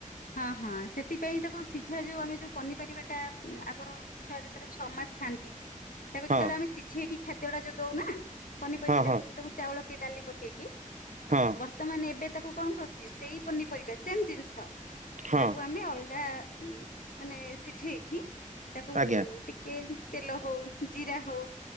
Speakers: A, on the left (about 85°); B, on the right (about 65°).
A: ହଁ ହଁ ସେଥିପାଇଁ ତାକୁ ସିଝା ଯୋଉ ଆମେ ଯୋଉ ପନିପାରିବା ଟା ଆଗର ଛୁଆ ଯେତେବେଳେ ଛଅ ମାସ ଥାଆନ୍ତି। ତାକୁ
B: ହଁ
A: ଯେତେବେଳେ ଆମେ ସିଝେଇକି ଖ। ଦେଡା ଯଉ ଦଉନା ପନିପରିବାଟାକୁ
B: ହଁ ହଁ
A: ତାକୁ ଚାଉଳ କି ଡାଲି ପକେଇକି <inaudible>
B: ହଁ
A: ବର୍ତ୍ତମାନ ଏବେ ତାକୁ କଣ କରୁଛି ସେଇ ପନିପରିବା ସେମ ଜିନିଷ
B: ହଁ
A: ତାକୁ ଆମେ ଅଲଗା ମାନେ ଠିକ୍। ତାକୁ
B: ଆଜ୍ଞା
A: ଟିକେ ତେଲ ହଉ ଜିରା ହଉ।